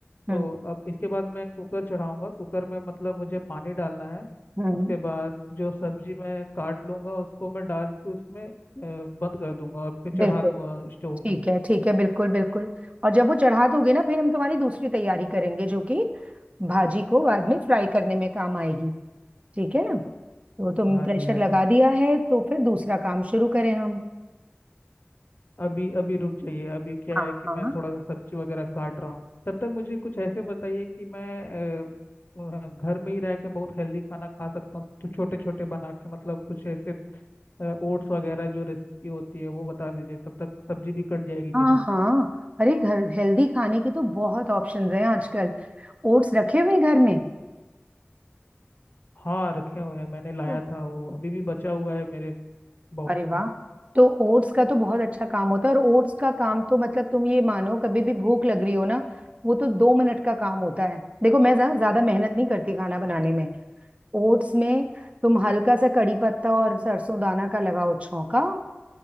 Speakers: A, on the left; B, on the right.
A: तो
B: हम्म
A: अब इसके बाद मैं कुकर चढ़ाऊँगा कुकर में मतलब मुझे पानी डालना है
B: हम्म
A: उसके बाद जो सब्जी मैं काट लूँगा उसको मैं डाल के उसमें अ, बंद कर दूंगा और फिर चढ़ा
B: बिल्कुल
A: दूंगा स्टोव
B: ठीक
A: में
B: है ठीक है बिल्कुल बिल्कुल और जब वो चढ़ा दोगे ना फिर हम तुम्हारी दूसरी तैयारी करेंगे जो कि भाजी को बाद में फ्राई करने में काम आएगी ठीक है ना तो तुम
A: हाँ
B: प्रेशर
A: जी हाँ
B: लगा
A: जी
B: दिया है तो फिर दूसरा काम शुरू करें हम
A: अभी अभी रुक जाइए अभी क्या
B: हाँ
A: है कि
B: हाँ
A: मैं थोड़ा सा सब्जी वगैरह काट रहा हूँ तब तक मुझे कुछ ऐसे बताइए कि मैं अ, अ, घर में ही रह के बहुत हेल्दी खाना खा सकता हूँ तो छोटे छोटे बना के मतलब कुछ ऐसे ओट्स वगैरह जो रेसिपी होती है वो बता दीजिए तब तक सब्जी भी कट जाएगी मेरी
B: हाँ हाँ अरे घर हेल्दी खाने के तो बहुत ऑप्शंस हैं आजकल ओट्स रखे हुए हैं घर में
A: हाँ रखे हुए हैं मैंने लाया
B: तो
A: था वो अभी भी बचा हुआ है मेरे बॉक्स
B: अरे वाह
A: में
B: तो ओट्स का तो बहुत अच्छा काम होता है और ओट्स का काम तो मतलब तुम ये मानो कभी भी भूख लग रही हो ना वो तो दो मिनट का काम होता है देखो मैं ज्या- ज्यादा मेहनत नहीं करती खाना बनाने में ओट्स में तुम हल्का सा कड़ी पत्ता और सरसों दाना का लगाओ छौंका